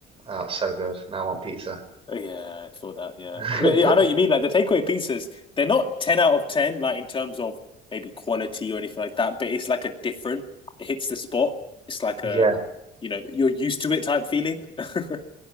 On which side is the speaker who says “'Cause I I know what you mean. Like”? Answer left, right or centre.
Left